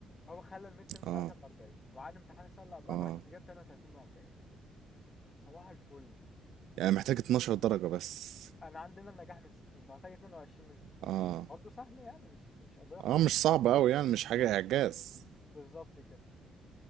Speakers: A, on the left; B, on the right.
A: هو خلى الميد ترم
B: اه
A: ساعتها ب 40 وعاد امتحان السنه اللي قبلها
B: اه
A: فانا كنت جايب 32 من 40 صباح الفل
B: يعني محتاج 12 درجة بس
A: انا عندنا النجاح من 60 فهحتاج 22 من 60
B: اه
A: برضه سهل يعني مش مش قضيه خالص
B: اه مش صعب قوي يعني مش حاجة اعجاز
A: بالظبط كده